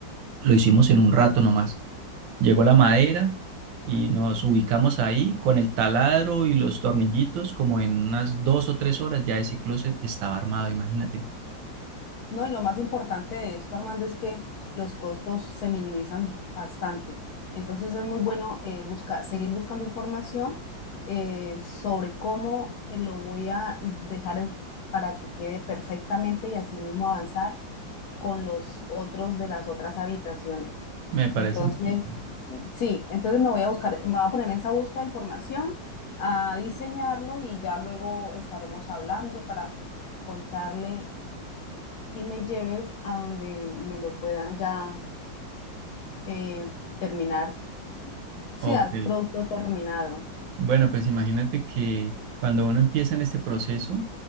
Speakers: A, on the right; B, on the left.
A: lo hicimos en un rato nomás. Llegó la madera y nos ubicamos ahí con el taladro y los tornillitos, como en unas dos o tres horas ya ese closet estaba armado, imagínate.
B: No, y lo más importante de esto, Armando, es que los costos se minimizan bastante. Entonces es muy bueno eh, buscar, seguir buscando información eh, sobre cómo eh, lo voy a dejar es- para que quede perfectamente y asimismo avanzar con los otros de las otras habitaciones.
A: Me parece
B: Entonces,
A: muy bien.
B: sí, entonces me voy a buscar, me voy a poner en esa búsqueda de información, a diseñarlo y ya luego estaremos hablando para contarle y me lleves a donde me lo puedan ya eh, terminar, sí,
A: Ok.
B: dar producto terminado.
A: Bueno, pues imagínate que cuando uno empieza en este proceso,